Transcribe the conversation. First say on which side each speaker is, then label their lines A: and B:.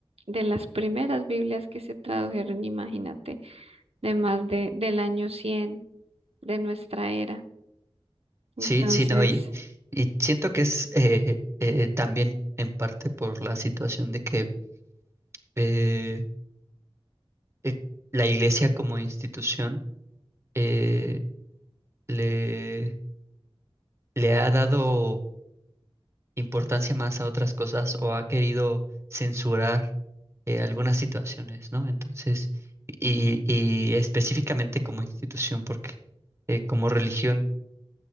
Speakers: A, on the right; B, on the right.
A: de las primeras Biblias que se tradujeron, imagínate, de más de, del año 100 de nuestra era. Entonces,
B: Sí, sí, no, y, y siento que es eh, eh, también en parte por la situación de que eh, eh, la iglesia como institución eh, le, le ha dado importancia más a otras cosas o ha querido censurar eh, algunas situaciones, ¿no? Entonces, y, y específicamente como institución, porque eh, como religión